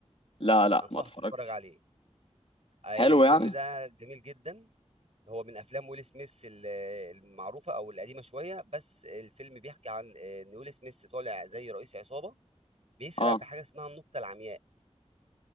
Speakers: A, on the left; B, on the right.
A: لا لا
B: انصحك
A: ما اتفرج
B: تتفرج عليه آه،
A: حلو
B: الفيلم
A: يعني
B: ده جميل جدا هو من افلام ويل سميث ال- المعروفه او القديمه شويه بس الفيلم بيحكي عن آه، ان ويل سميث طالع زي رئيس عصابه بيسرق
A: اه
B: بحاجه اسمها النقطه العمياء